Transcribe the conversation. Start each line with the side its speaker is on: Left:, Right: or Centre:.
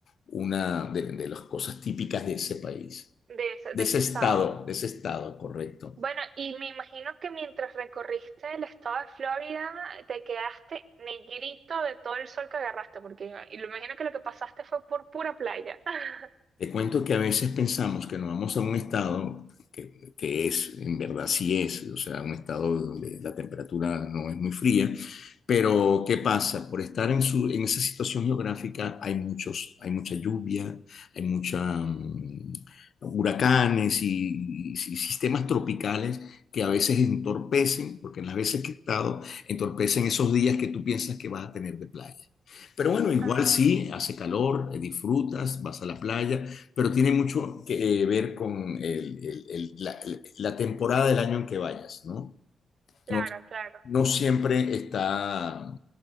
Left: una de, de las cosas típicas de ese país,
Right: de ese,
Left: de
Right: de
Left: ese
Right: ese
Left: estado,
Right: estado.
Left: de ese estado, correcto.
Right: Bueno, y me imagino que mientras recorriste el estado de Florida, te quedaste negrito de todo el sol que agarraste, porque y lo imagino que lo que pasaste fue por pura playa. <laughs>
Left: Te cuento que a veces pensamos que nos vamos a un estado que, que es, en verdad sí es, o sea, un estado donde la temperatura no es muy fría, pero ¿qué pasa? Por estar en, su, en esa situación geográfica hay, muchos, hay mucha lluvia, hay mucha...
Right: Mm,
Left: mm, huracanes y, y sistemas tropicales que a veces entorpecen, porque en las veces que he estado, entorpecen esos días que tú piensas que vas a tener de playa. Pero bueno, igual
Right: ah,
Left: sí, hace calor, eh, disfrutas, vas a la playa, pero tiene mucho que eh, ver con el- el- el- la, la temporada del año en que vayas, ¿no?
Right: claro,
Left: No,
Right: claro.
Left: no siempre está